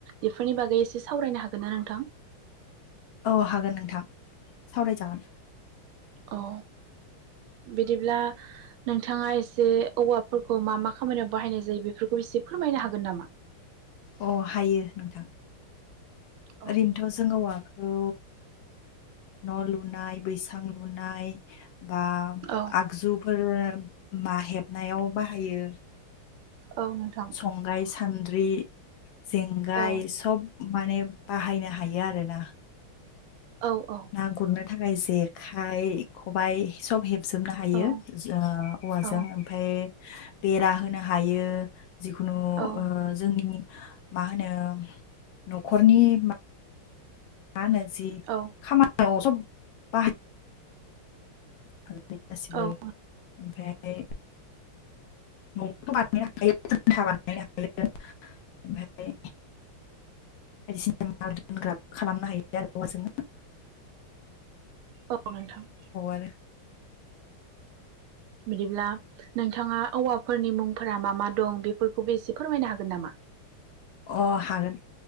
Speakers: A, on the right; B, on the left.
A: बेफोरनि बागै एसे सावरायनो हागोन ना नोंथां
B: औ हागोन नोंथां सावरायजागोन।
A: औ बिदिब्ला नोंथाङा एसे औवाफोरखौ मा मा खामानियाव बाहायनाय जायो बेफोरखौ एसे फोरमायनो हागोन नामा?
B: अ हायो नोंथां।
A: औ
B: ओरैनोथ' जोङोवा औ न' लुनाय बैसां लुनाय। बा
A: औ
B: आगजुफोर <unintelligible> मा हेबनायाव बाहायो?
A: औ नोंथां।
B: संग्राय सान्द्रि। जेंगाय
A: औ
B: सब माने बाहायनो हायो आरोना।
A: औ औ
B: ना गुरनो थाखाय जेखाइ खबाइ सब हेबजोबनो हायो
A: औ
B: जो ओ औवाजों
A: औ
B: ओमफाय बेरा होनो हायो। जिखुनु
A: औ
B: ओ जोंनि मा होनो न'खरनि मा मानो जि
A: औ
B: खामा <unintelligible> खालामै गासिबो
A: औ
B: ओमफ्राय ओमफ्राय न' बानायनो हायो खुन्था बानायनो हायो ओमफ्राय बायदिसिना माल दोनग्रा खालामनो हायो आरो अ जोंनो
A: औ नोंथां।
B: आरो
A: बिदिब्ला नोंथाङा औवाफोरनि मुंफोरा मा मा दं बेफोरखौबो एसे फोरमायनो हागोन नामा?
B: अ हागोन।